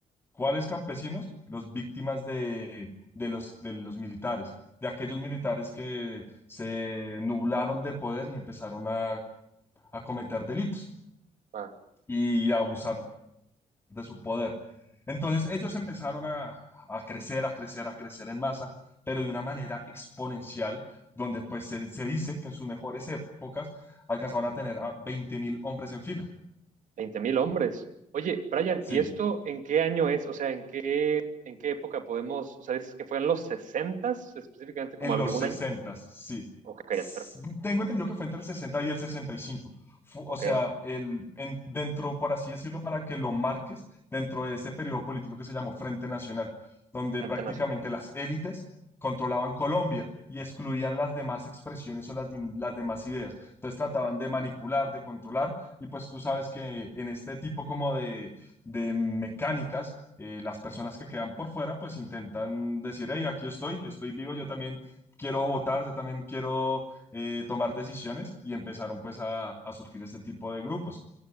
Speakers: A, on the left; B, on the right.
A: ¿Cuáles campesinos? Los víctimas de, de los, de los militares, de aquellos militares que se nublaron de poder y empezaron a, a cometer delitos
B: Ah,
A: y a abusar de su poder. Entonces ellos empezaron a, a crecer, a crecer, a crecer en masa, pero de una manera exponencial, donde pues se, se dice que en sus mejores épocas alcanzaban a tener a veinte mil hombres en fila.
B: 20 mil hombres. Oye, Brian,
A: Sí,
B: ¿y esto en qué año es? O sea, ¿en qué en qué época podemos, o sea, dices que fue en los sesentas específicamente, como
A: En
B: algún
A: los 60,
B: año.
A: sí.
B: Ok, pero-
A: S- Tengo entendido que fue entre el 60 y el 65. Fu- o
B: ok,
A: sea, el, en- dentro, por así decirlo, para que lo marques, dentro de ese periodo político que se llamó Frente Nacional, donde
B: Frente
A: prácticamente
B: Nacional,
A: las élites controlaban Colombia y excluían las demás expresiones o las, dim- las demás ideas. Entonces trataban de manipular, de controlar, y pues tú sabes que en este tipo como de, de mecánicas, eh, las personas que quedan por fuera, pues intentan decir, hey, aquí estoy, estoy vivo, yo también quiero votar, yo también quiero eh, tomar decisiones y empezaron pues a, a surgir este tipo de grupos.